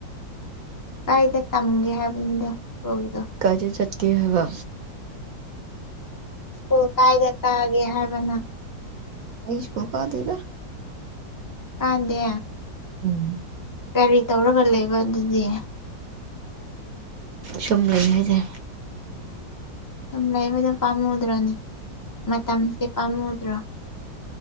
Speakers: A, on the left; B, on the right.
A: ꯀꯥꯏꯗ ꯇꯝꯒꯦ ꯍꯥꯏꯕꯅꯤꯗ ꯁ꯭ꯀꯨꯜꯗꯣ
B: ꯀꯥꯏꯗ ꯆꯠꯀꯦ ꯍꯥꯏꯕ
A: ꯁ꯭ꯀꯨꯜ ꯀꯥꯏꯗ ꯇꯛꯒꯦ ꯍꯥꯏꯕꯅ
B: ꯏꯁꯨꯄꯣ ꯀꯥꯗꯗ
A: ꯑꯗꯦ
B: ꯎꯝ
A: ꯀꯔꯤ ꯇꯧꯔꯒ ꯂꯩꯕ ꯑꯗꯨꯗꯤ
B: ꯁꯨꯝ ꯂꯩ ꯍꯥꯏꯁꯦ
A: ꯁꯨꯝ ꯂꯩꯕꯗꯣ ꯄꯥꯝꯃꯨꯗ꯭ꯔꯣꯅꯦ ꯃꯇꯝꯁꯦ ꯄꯥꯝꯃꯨꯗ꯭ꯔꯣ